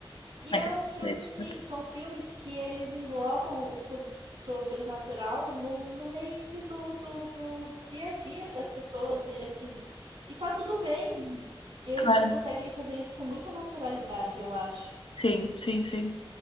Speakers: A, on the right (about 80°); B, on the left (about 80°).
A: E
B: na
A: é
B: questão
A: um filme
B: estética.
A: que são filmes que eles englobam o sob- sobrenatural no, no meio do, do, do dia a dia das pessoas e assim, e tá tudo bem. E eles
B: Claro,
A: conseguem fazer isso com muita naturalidade, eu acho.
B: sim, sim, sim.